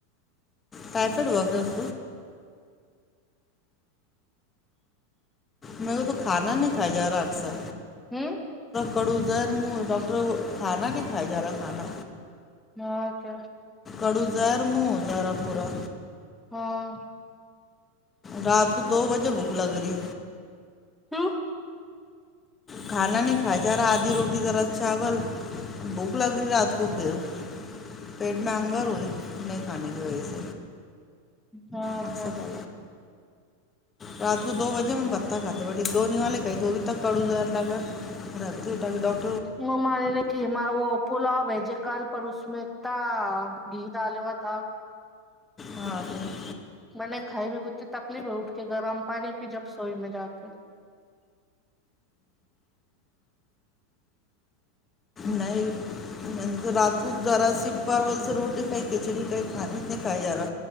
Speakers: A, on the left (about 20°); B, in the centre.
A: کا پڑوا گس میں وہ تو کھانا نہیں کا جاارا اکثر
B: ہوں
A: ک زر ڈٹر کانا نہیں کائے جارا کھانا
B: ن کے <unintelligible>
A: ہڑ ہزار م ہزارہ پورا
B: ہاں
A: رات کو دو بجے بھک لگ رہی
B: ہوں
A: کھانا نہیں کھا جا رہا آدھی روٹی دراس چاول بھوک لگ رہی رات کو پھر پیٹ میں انگر ہوی نہیں پانی بھیس
B: ہاں
A: م
B: کیا
A: سے ک رات کو دو بجے میں بتہ کھاتے بیٹھی د نہیں والے گئے تو ا بھیھی تک کڑوز ل گاا ڈاکٹ <unintelligible>
B: وہ منی ل کہ وہ پلاب ہے ج کال پروس اسمتا گیت آل ہوتا <unintelligible>
A: ہاں ج <inaudible>
B: میں نے کھائی میں کتنی تکلیف ہو اٹھ کے گرم پانی پ جب سوئی میں جا کے
A: نہیں رات کو ذرا س پرول سے روٹی کئی کھچڑی کئی کھانے ات نہیں کھائی جا رہا